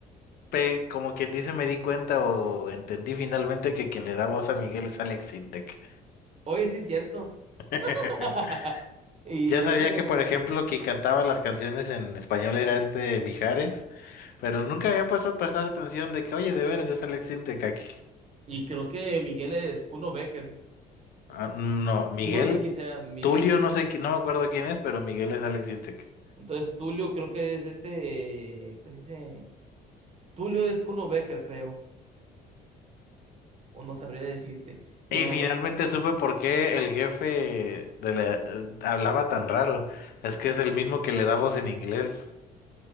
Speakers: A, on the left; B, on the right.
A: pe- como quien dice, me di cuenta o entendí finalmente que quien le da voz a Miguel es Alex Sintek.
B: Oye, sí es cierto. <laughs>
A: <laughs>
B: Y
A: Ya
B: de
A: sabía
B: hecho,
A: que, por
B: ujú,
A: ejemplo, quien cantaba las canciones en español era este Mijares, pero nunca había puesto a prestar atención de que, oye, de veras es Alex Sintek aquí.
B: y creo que Miguel es Kuno Becker.
A: Ah, no, Miguel,
B: No sé quién sea Miguel.
A: Tulio, no sé, qui- no me acuerdo quién es, pero Miguel es Alex Sintek.
B: Entonces, Tulio creo que es este, ¿qué se dice? Tulio es Kuno Becker, creo. O no sabría decirte. No.
A: Y finalmente supe por qué el jefe de la- eh, hablaba tan raro. Es que es el mismo que le da voz en inglés.